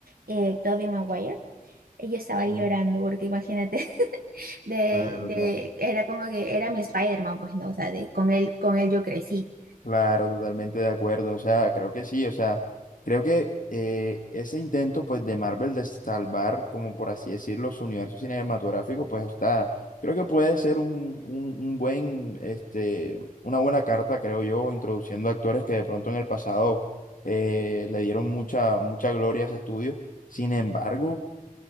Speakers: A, on the right; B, on the left.
A: eh, Tobey Maguire, yo estaba
B: Sí,
A: ahí llorando, porque imagínate. de,
B: claro,
A: de,
B: claro.
A: era como que era mi Spider-Man, pues no, o sea, de, con él, con él yo crecí.
B: Claro, totalmente de acuerdo. O sea, creo que sí. O sea, creo que eh, ese intento, pues, de Marvel de salvar, como por así decirlo, su universo cinematográfico, pues está. Creo que puede ser un, un- un buen, este, una buena carta, creo yo, introduciendo actores que de pronto en el pasado eh, le dieron mucha, mucha gloria a ese estudio. Sin embargo.